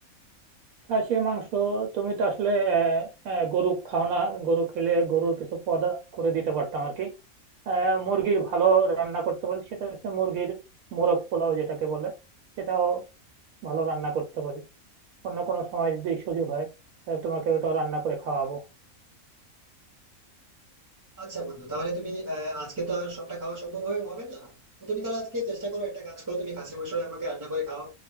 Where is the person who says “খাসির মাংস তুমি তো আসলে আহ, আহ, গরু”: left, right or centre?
Right